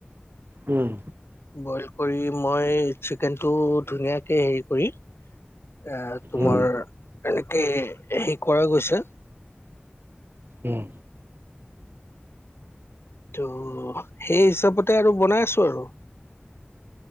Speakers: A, on the right (about 60°); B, on the left (about 80°).
A: উম'।
B: বইল কৰি মই চিকেনটো ধুনীয়াকে হেৰি কৰি। এ তোমাৰ
A: উম।
B: এনেকে হেৰি কৰা গৈছে।
A: উম।
B: ত' সেই হিচাপতে আৰু বনাই আছো আৰু।